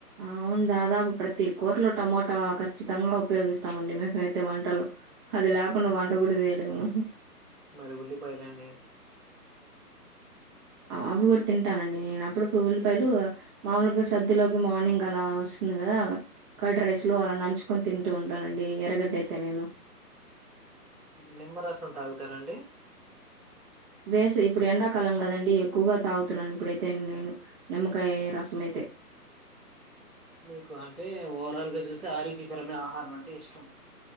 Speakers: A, on the right; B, in the centre.
A: అవున్ దాదాపు ప్రతి కూర్లో టమోటా ఖచ్చితంగా ఉపయోగిస్తామండి మేమైతే వంటలొ హది ల్యాకుండ
B: మ
A: వంట గుడ జెయ్ లేము
B: మరి ఉల్లిపోయ్లండి
A: ఆ అవ్వి గుడా తింటానండి నేనప్పుడప్పుడు ఉల్లిపాయ్లు మామూల్గా సద్దిలోకి మార్నింగ్ అలా వొస్తుంది గదా కర్డ్ రైస్ లో అలా నంచుకొన్ తింటూ ఉంటానండి ఎరగడ్డైతే నేను
B: నిమ్మరసం తాగుతారండి
A: వేసే ఇప్పుడు ఎండాక్ కాలం గదండి ఎక్కువగా తాగుతున్నా నే నిప్పుడైతే నేను నిమ్మకాయ్ రసమైతే
B: మీకు అంటే ఓవరాల్ గా జూసే ఆరోగ్యకరమై ఆహారం అంటే ఇష్టం